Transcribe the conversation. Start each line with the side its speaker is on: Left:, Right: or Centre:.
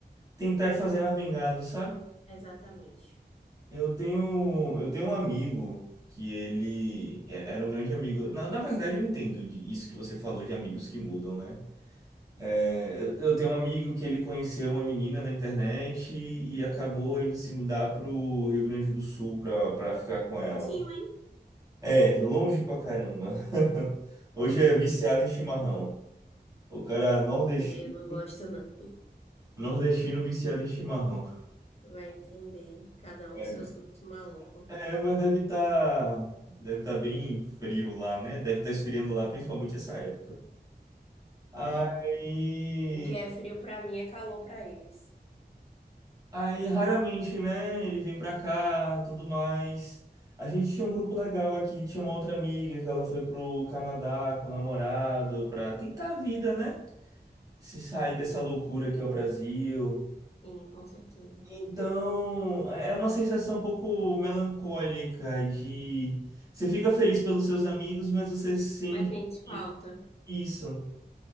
Right: tentar ir fazendo armengado, sabe?
Left: exatamente.
Right: Eu tenho, eu tenho um amigo que ele é- era um grande amigo. Na, na verdade, eu entendo de- isso que você falou de amigos que mudam, né? É, eu, eu tenho um amigo que ele conheceu uma menina na internet e, e acabou indo se mudar pro Rio Grande do Sul pra, pra ficar com ela.
Left: Sim, hein?
Right: É, longe pra caramba. <laughs> Hoje é viciado em chimarrão. O cara é nordesti-
Left: É, eu não gosto, não.
Right: nordestino viciado em chimarrão.
Left: Vai entender. Cada um
Right: É,
Left: com seus gostos malucos.
Right: É, mas deve estar deve tá bem frio lá, né? Deve estar esfriando lá, principalmente essa época. Aí,
Left: É. O que é frio pra mim é calor pra eles.
Right: aí raramente, né? Ele vem pra cá, tudo mais. A gente tinha um grupo legal aqui, tinha uma outra amiga que ela foi pro Canadá com o namorado pra tentar a vida, né? Se sair dessa loucura que é o Brasil.
Left: Sim, com certeza.
Right: Então, é é uma sensação um pouco melancólica de você fica feliz pelos seus amigos, mas você sente
Left: Mas sente falta.
Right: Isso,